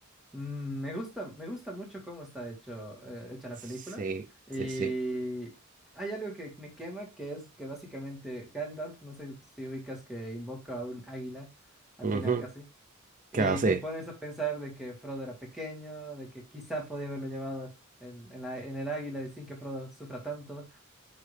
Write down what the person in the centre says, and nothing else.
Mm, me gusta, me gusta mucho cómo está hecho, eh, hecha la
película. Y
hay algo que me quema, que es que básicamente Gandalf, no sé si ubicas que invoca a un águila al
final casi, y
te pones a pensar de que Frodo era pequeño, de que quizá podía haberlo llevado en, en la- en el águila y sin que Frodo sufra tanto.